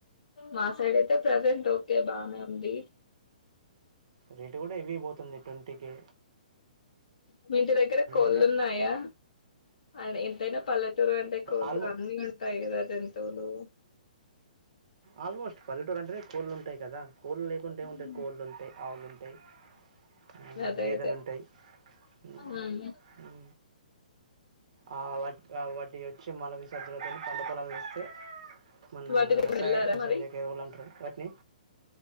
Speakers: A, on the left; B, on the right.
A: మా సైడ్ ఐతే ప్రజెంట్ ఓకే బానే ఉంది
B: రేటు కూడా ఎవీ పోతుంది ట్వంటీ కె
A: మీ ఇంటి దగ్గర కొళ్ళున్నాయా
B: మరి
A: అడ ఎంతైనా పల్లెటూరు అంటే కోళ్లు
B: ఆల్మో
A: అన్నీ ఉంటాయి కదా జంతువులు
B: ఆల్మోస్ట్ పల్లెటూరు అంటే కోళ్ళు ఉంటాయి కదా కోళ్ళు లేకుంటే
A: ఉమ్
B: ఏముంటాయి కోళ్ళు ఉంటాయి ఆవులు ఉంటాయి ఆ
A: అదే
B: గేదెలు
A: అదే
B: ఉంటాయి ఉ
A: హ్మ్
B: ఉ ఆ వటి వాటి ఒచ్చి మలవిసర్జనతోని పంటపొలలు వస్తే మన
A: వాటి దగ్గర
B: రసాయకసందు
A: వెళ్ళారా మరి
B: ఎరువులు అంటారు వట్నీ